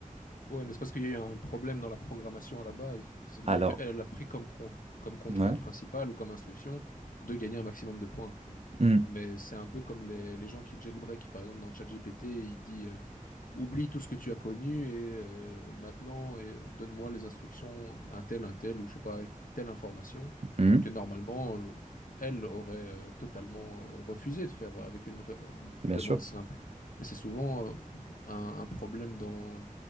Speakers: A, on the left (about 75°); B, on the right (about 50°).
A: Ouais, mais c'est parce qu'il y a eu un problème dans la programmation à la base. Ça veut
B: Alors,
A: dire qu'elle elle a pris comme, con- comme contrainte
B: ouais,
A: principale ou comme instruction de gagner un maximum de points.
B: hmm,
A: Mais c'est un peu comme les, les gens qui jailbreak, par exemple, dans ChatGPT, il dit euh, oublie tout ce que tu as connu et euh, maintenant et, euh, donne-moi les instructions, un tel, un tel, ou je sais pas, telle information
B: hmm,
A: que normalement, le- elle aurait euh, totalement euh, refusé de faire avec une re- euh,
B: bien
A: demande
B: sûr.
A: simple. Mais c'est souvent euh, un, un problème dans,